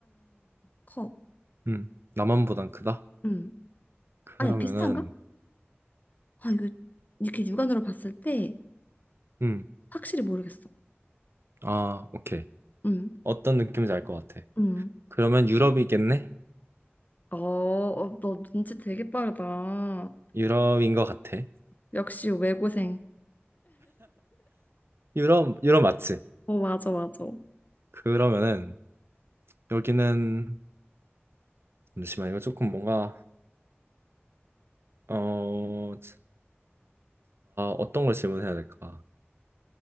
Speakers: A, on the left (about 40°); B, on the right (about 65°).
A: 커.
B: 음. 음. 남한보단 크다?
A: 음.
B: 그러면은,
A: 아니 비슷한가? 아 이거 이렇게 육안으로 봤을 때
B: 음,
A: 확실히 모르겠어.
B: 아, 오케이.
A: 음.
B: 어떤 느낌인지 알 것 같아.
A: 음.
B: 그러면 유럽이겠네?
A: 어, 어, 너 눈치 되게 빠르다.
B: 유럽인 것 같아.
A: 역시 외고생.
B: 유럽, 유럽 맞지?
A: 어, 맞아, 맞아.
B: 그러면은 여기는 잠시만 이거 조금 뭔가 어, 자, 어떤 걸 질문해야 될까?